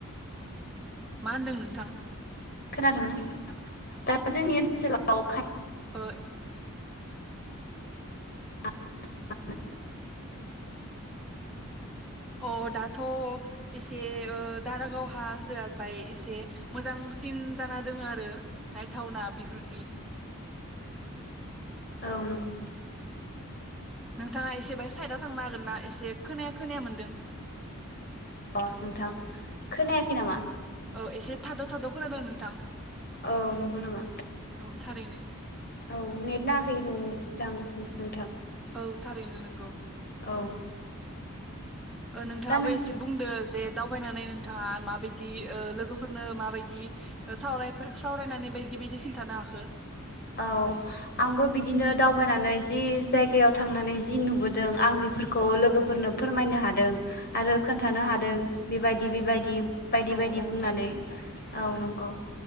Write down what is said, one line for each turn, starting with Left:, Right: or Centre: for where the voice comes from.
Centre: मा होनदों नोंथां?
Left: खोनादोंना दा जोंनि ओनसोलाव। <unintelligible>
Centre: ओ
Left: <unintelligible>
Centre: औ दाथ'। एसे ओ दारागाव हा जाबाय एसे मोजांसिन जाना दोङो आरो नायथावना बेफोरदि
Left: औ नंगौ
Centre: नोंथाङा एसे बाहाय साइदआव थांनो हागोन ना एसे खोनाया खोनाया मोनदों।
Left: औ अ नोंथां खोनायाखै
Centre: औ
Left: नामा
Centre: औ एसे थाद' थाद' खोनादों नोंथां?
Left: औ नंगौ नामा?
Centre: औ थारैनो
Left: औ नेट नाङाखै नदां नोंथां
Centre: औ थारैनो नंगौ।
Left: औ
Centre: ओ नोंथाङाबो
Left: दा नों
Centre: एसे बुंदो जे दाउ बायनानै नोंथाङा माबायदि ओ लोगोफोरनो माबायदि ओ साव-सावरायनानै बायदि बायदि खिन्थानो हाखो?
Left: औ आंबो बिदिनो दावबायनानै जि जायगायाव थांनानै जि नुबोदों आं बेफोरखौ लोगोफोरनो फोरमायनो हादों आरो खोन्थानो हादों बेबायदि बेबायदि बायदि
Centre: औ
Left: बायदि
Centre: औ
Left: बुंनानै औ नं औ